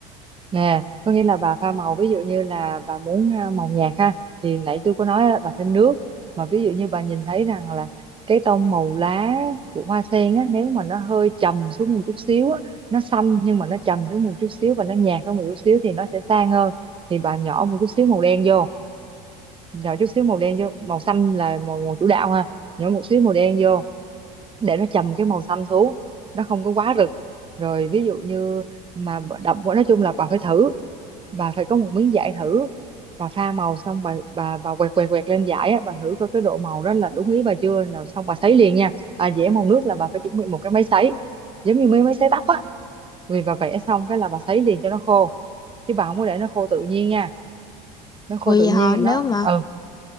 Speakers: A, on the right; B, on the left.
A: nè có nghĩa là bà pha màu ví dụ như là bà muốn à, màu nhạt ha thì nãy tôi có nói á, bà thêm nước mà ví dụ như bà nhìn thấy rằng là cái tông màu lá của hoa sen á nếu mà nó hơi trầm xuống một chút xíu á nó xanh nhưng mà nó trầm xuống một chút xíu và nó nhạt hơn một chút xíu thì nó sẽ sang hơn thì bà nhỏ một chút xíu màu đen vô nhỏ chút xíu màu đen vô màu xanh là màu, màu chủ đạo ha nhỏ một xíu màu đen vô để nó trầm cái màu xanh xuống nó không có quá rực rồi ví dụ như mà bà đậm quá nói chung là bà phải thử bà phải có một miếng vải thử bà pha màu xong bà bà bà quẹt quẹt quẹt lên vải á, bà thử coi cái độ màu đó là đúng ý bà chưa là xong bà sấy liền nha à vẽ màu nước là bà phải chuẩn bị một cái máy sấy giống như mấy máy sấy tóc á vì bà vẽ xong cái là bà sấy liền cho nó khô chứ bà không có để nó khô tự nhiên nha nó khô
B: Bởi
A: tự
B: Vì
A: nhiên
B: họ
A: là
B: nếu
A: nó
B: mà
A: ừ